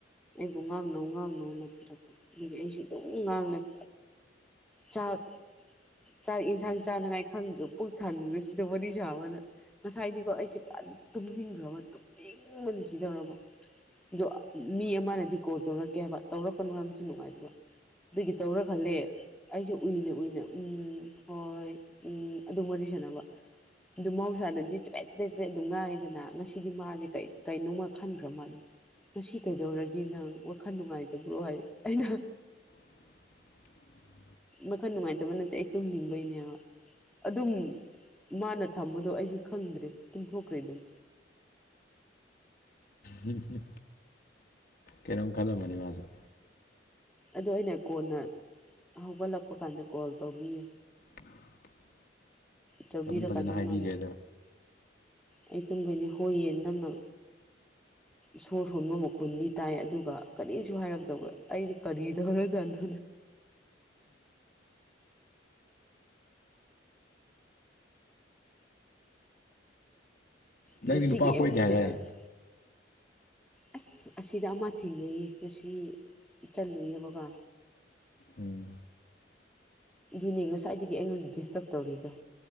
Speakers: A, in the centre; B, on the left.
A: ꯑꯩꯕꯨ ꯉꯥꯡꯅꯧ ꯉꯥꯡꯅꯧꯅ ꯄꯤꯔꯛꯄ ꯑꯗꯒꯤ ꯑꯩꯁꯨ ꯑꯗꯨꯝ ꯉꯥꯡꯂꯛ ꯆꯥꯛ ꯆꯥꯛ ꯌꯦꯟꯁꯥꯡ ꯆꯥꯅꯉꯥꯏ ꯈꯪꯗ꯭ꯔ ꯄꯨꯛ ꯊꯟꯈ꯭ꯔꯦ ꯁꯤꯗ ꯋꯥꯔꯤ ꯁꯥꯕꯅ ꯉꯁꯥꯏꯗꯤꯀꯣ ꯑꯩꯁꯦ ꯄꯨꯔꯥ ꯇꯨꯝꯅꯤꯡꯈ꯭ꯔꯕ ꯇꯨꯝꯅꯤꯡꯕꯅꯤ ꯁꯤꯗꯧꯔꯕ ꯑꯗꯣ ꯃꯤ ꯑꯃꯅꯗꯤ ꯀꯣꯜ ꯇꯧꯔꯛꯀꯦ ꯍꯥꯏꯕ ꯇꯧꯔꯛꯀꯅꯨ ꯍꯥꯏꯕꯁꯨ ꯅꯨꯡꯉꯥꯏꯇꯕ ꯑꯗꯨꯒꯤ ꯇꯧꯔ ꯈꯜꯂꯦ ꯑꯩꯁꯨꯦ ꯎꯨꯏꯅ ꯎꯨꯏꯅ ꯎꯝ ꯍꯣꯏ ꯎꯝ ꯑꯗꯨꯝ ꯋꯥꯔꯤ ꯁꯅꯕ ꯑꯗꯨ ꯃꯍꯧꯁꯥꯅꯗꯤ ꯆꯨꯄꯦꯠ ꯆꯨꯄꯦꯠ ꯆꯨꯄꯦꯠ ꯑꯗꯨ ꯉꯥꯡꯉꯤꯗꯅ ꯉꯁꯤꯗꯤ ꯃꯥꯁꯦ ꯀꯩ ꯀꯩꯅꯣꯃ ꯈꯟꯈ꯭ꯔ ꯃꯥꯜꯂꯦ ꯉꯁꯤ ꯀꯩꯗꯧꯔꯒꯦ ꯅꯪ ꯋꯥꯈꯜ ꯅꯨꯡꯉꯥꯏꯇꯕ꯭ꯔꯣ ꯍꯥꯏ ꯑꯩꯅ
B: <unintelligible>
A: ꯃꯈꯟ ꯅꯨꯡꯉꯥꯏꯇꯕ ꯅꯠꯇꯦ ꯑꯩ ꯇꯨꯝꯅꯤꯡꯕꯒꯤꯅꯦꯕ ꯑꯗꯨꯝ ꯃꯥꯅ ꯊꯝꯕꯗꯣ ꯑꯩꯁꯨ ꯈꯪꯗ꯭ꯔꯦ ꯇꯨꯡꯊꯣꯛꯈ꯭ꯔꯦ ꯑꯗꯨꯝ
B: ꯍꯝ ꯍꯨꯝ ꯀꯩꯅꯣꯝ ꯈꯜꯂꯝꯃꯅꯤ ꯃꯥꯁꯨ
A: ꯑꯗꯣ ꯑꯩꯅ ꯀꯣꯟꯅ ꯍꯧꯒꯠꯂꯛꯄ ꯀꯥꯟꯗ ꯀꯣꯜ ꯇꯧꯕꯤꯌꯦ
B: <unintelligible>
A: ꯆꯧꯕꯤꯔꯀꯥꯟꯗ
B: ꯑꯗꯨꯝ ꯐꯖꯅ ꯍꯥꯏꯕꯤꯈ꯭ꯔꯦꯗ
A: ꯃꯥꯅ ꯑꯩ ꯇꯨꯝꯗꯣꯏꯅꯦ ꯍꯣꯏꯌꯦ ꯅꯪꯅ ꯁꯣꯔ ꯁꯣꯟꯕ ꯃꯈꯨꯟꯗꯤ ꯇꯥꯏ ꯑꯗꯨꯒ ꯀꯔꯤꯝꯁꯨ ꯍꯥꯏꯔꯛꯇꯕ ꯑꯩꯗꯤ ꯀꯅꯤꯗꯒ ꯆꯅꯦ
B: ꯅꯪꯗꯤ
A: ꯑꯗ ꯁꯤꯒꯤ
B: ꯅꯨꯄꯥ
A: ꯑꯦꯞꯁꯦ
B: ꯀꯣꯏꯗꯦ ꯍꯥꯏꯇꯥꯔꯦ
A: ꯑꯁ ꯑꯁꯤꯗ ꯑꯃ ꯊꯦꯡꯅꯩꯌꯦ ꯉꯁꯤ ꯆꯠꯂꯨꯏꯌꯦꯕꯀꯣ
B: ꯎꯝ
A: ꯑꯗꯨꯅꯦ ꯉꯁꯥꯏꯗꯒꯤ ꯑꯩꯉꯣꯟꯗ ꯗꯤꯁꯇꯔꯕ ꯇꯧꯔꯤꯗꯣ